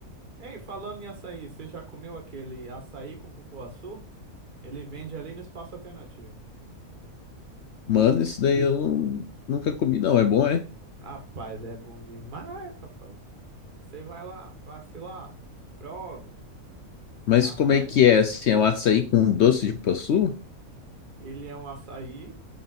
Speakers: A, on the right; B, on the left.
A: Ei, falando em açaí, você já comeu aquele açaí com cupuaçu? Ele vende ali no espaço alternativo.
B: Mano, isso daí eu não- nunca comi, não. É bom, é?
A: Rapaz, é bom demais, papai. Você vai lá, passe lá, prove.
B: Mas
A: Rapaz,
B: como é que é? Assim, é um açaí com doce de cupuaçu?
A: ele é um açaí